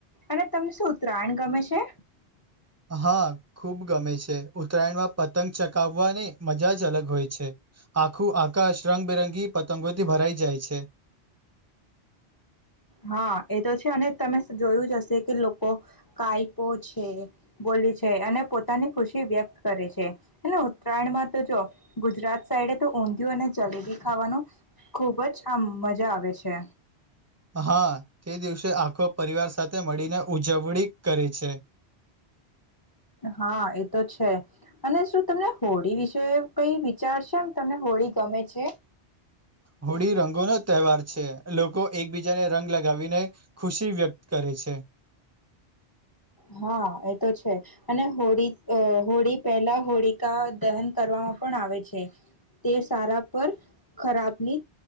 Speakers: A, on the left; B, on the right.
A: અને તમને શું ઉત્તરાયણ ગમે છે
B: હા ખુબ ગમે છે ઉત્તરાયણમાં. પતંગ ચકાવવાની મજા જ અલગ હોય છે આખું આકાશ રંગબેરંગી પતંગોથી ભરાઈ જાય છે.
A: હા એ તો છે અને તમે જોયું. જસે કે લોકો કઈપ પોચ. બોલી છે અને પોતાની ખુશી વ્યક્ત કરે છે અને ઉત્તરાયણમાં તો જો ગુજરાત સાઈડે તો ઊંધિું અને જલેબી ખાવાનું ખુબ જ આ મજા આવે છે.
B: હા તે દિવસે આ. પરિવાર સાથે. મળીને ઉજવણી. કરે છે.
A: હા એતો છે અને શું તમને હોળી વિશે કઈ વિચારશેમ તમને હોળી ગમે છે.
B: હોળી રંગોનોો તહેવાર છે લોકો એકબીજાને રંગ લગાવીને ખુશી વ્યક્ત કરે છે.
A: હા એ તો છે અને હોળી હોળી પહેલા હોળીિકા દહન કરવામાં પણ આવે છે તે સારા પર ખરાબની